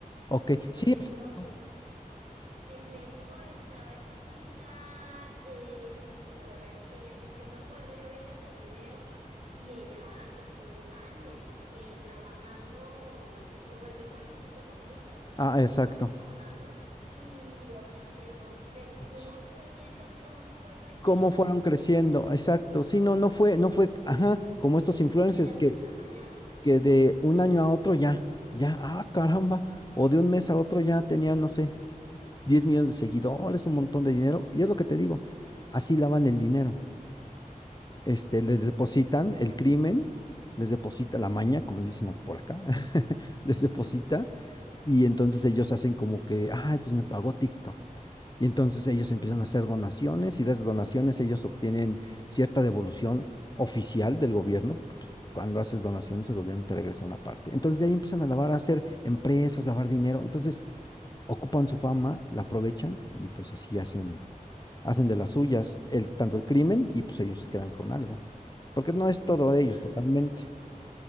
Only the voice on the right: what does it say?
Por
ejemplo,
en México estaba esta chica eh, youtuber que ella, yo me acuerdo, yo veía sus videos y ella estuvo años eh, trabajando, y- o el mismo Luisito Comunica, estuvo
muchos
años trabajando y, o sea, se no, se- uno
fue viendo cómo fue creciendo
su,
de la noche
a la mañana.
Oye,
que,
<laughs> que,
claro.